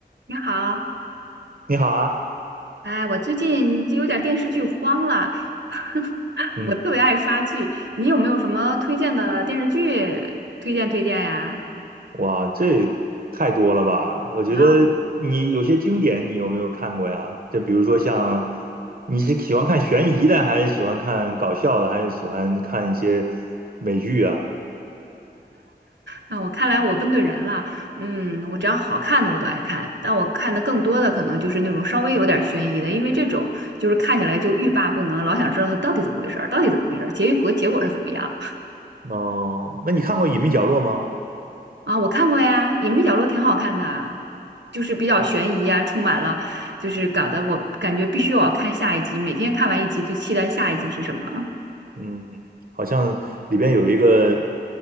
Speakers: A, on the right; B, on the right.
A: 你好，
B: 你好啊，
A: 哎，我最近就有点电视剧荒了，<laughs>
B: 嗯，
A: 我特别爱刷剧，你有没有什么推荐的电视剧推荐推荐呀？
B: 哇，这太多了吧？我觉得你有些经典，
A: 哇哦，
B: 你有没有看过呀？就比如说像，你是喜欢看悬疑的，还是喜欢看搞笑的，还是喜欢看一些美剧啊？
A: 那我看来我问对人了，嗯，我只要好看的我都爱看，但我看的更多的可能就是那种稍微有点悬疑的，因为这种就是看起来就欲罢不能，老想知道它到底怎么回事儿，到底怎么回事儿，结果结果是怎么样。
B: 哦，那你看过《隐秘角落》吗？
A: 啊，我看过呀，《隐秘角落》挺好看的，就是比较悬疑啊，
B: 啊？
A: 充满了，就是搞得我感觉必须我要看下一集，每天看完一集就期待下一集是什么。<laughs>
B: 嗯，好像里边有一个，